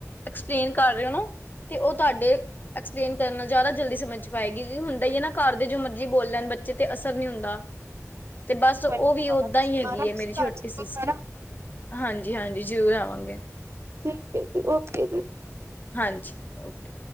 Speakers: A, on the left; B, on the right.
A: ਐਕਸਪਲੇਨ ਕਰ ਰੇ ਓਨਾਂ, ਤੇ ਓ ਤਾਡੇ ਐਕਸਪਲੇਨ ਕਰਨ ਨਾਲ ਜਾਦਾ ਜਲਦੀ ਸਮਝ ਪਾਏਗੀ। ਕਿਉਂਕਿ ਹੁੰਦਾ ਈ ਐ ਨਾ ਘਰ ਦੇ ਜੋ ਮਰਜੀ ਬੋਲ ਲੈਣ ਬੱਚੇ ਤੇ ਅਸਰ ਨੀ ਹੁੰਦਾ। ਤੇ ਬਸ
B: ਕੋਈ
A: ਓਵੀ
B: ਨੀ
A: ਓਦਾਂ
B: ਆਣਾ ਤੁਸੀਂ
A: ਈ ਹੈਗੀ
B: ਆਣਾ
A: ਏ
B: ਤੁਸੀਂ
A: ਮੇਰੀ ਛੋਟੀ
B: ਘਰ ਚੱਕਰ
A: ਸਿਸਟਰ।
B: ਲਾਣਾ
A: ਹਾਂਜੀ ਹਾਂਜੀ ਜਰੂਰ ਆਵਾਂਗੇ।
B: ਠੀਕ ਏ ਜੀ, ਓਕੇ ਜੀ।
A: ਹਾਂਜੀ ਓਕੇ।